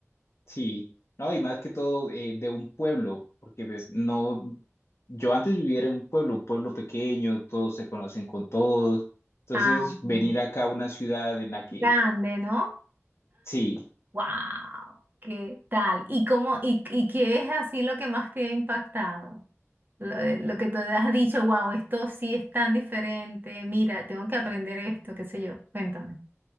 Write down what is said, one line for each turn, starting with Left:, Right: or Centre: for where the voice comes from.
Left: Sí, no, y más que todo eh, de un pueblo, porque pues, no, yo antes vivía en un pueblo, un pueblo pequeño, todos se conocen con todos, entonces
Right: Ah, ok.
Left: venir acá a una ciudad en la que,
Right: Grande, ¿no?
Left: sí,
Right: ¡Wow! ¿Qué tal? ¿Y cómo, y, y qué es así lo que más te ha impactado? Lo, eh, lo que te has dicho, wow, esto sí es tan diferente, mira, tengo que aprender esto, qué sé yo, cuéntame.